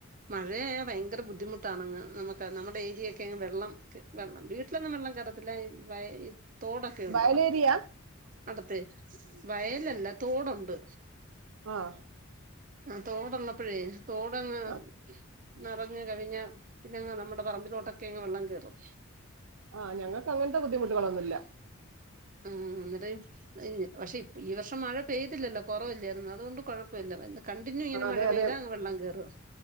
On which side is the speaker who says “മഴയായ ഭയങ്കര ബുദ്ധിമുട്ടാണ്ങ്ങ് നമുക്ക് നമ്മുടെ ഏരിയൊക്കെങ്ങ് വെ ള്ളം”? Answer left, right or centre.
Right